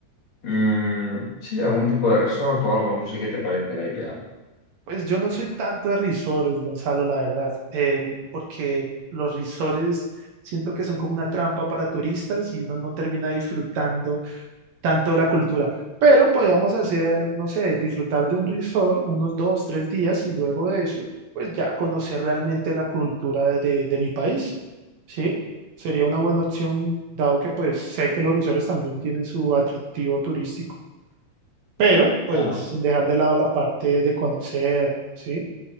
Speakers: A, on the left; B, on the right.
A: mm, sí, algún tipo de resort o algo, no sé qué te parece la idea.
B: Pues yo no soy tanto de risores, Gonzalo, la verdad, El- porque los risores siento que son como una trampa para turistas y uno no termina disfrutando tanto de la cultura. Pero podríamos hacer, no sé, disfrutar de un resort unos dos, tres días y luego de eso, pues ya conocer realmente la cultura de, de mi país, ¿sí? Sería una buena opción, dado que pues sé que los risores también tienen su atractivo turístico, pero pues
A: Claro.
B: sin dejar de lado la parte de conocer, ¿sí?